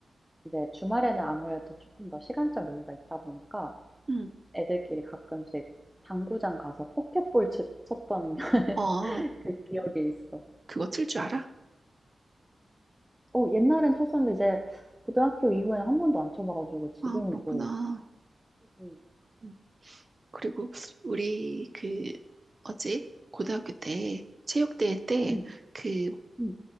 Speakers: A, in the centre; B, on the right.
A: 이제 주말에는 아무래도 조금 더 시간적 여유가 있다 보니까
B: 응.
A: 애들끼리 가끔씩 당구장 가서 포켓볼 치- 쳤던 <laughs>
B: 어,
A: 그 기억이 있어.
B: 그거 틀 줄 알아?
A: 어, 옛날엔 쳤었는데 이제 고등학교 이후에는 한 번도 안 쳐봐가지고 지금은
B: 아, 그렇구나.
A: 또 음,
B: 음. 그리고 우리 그 어지 고등학교 때 체육대회 때
A: 음,
B: 그
A: 음.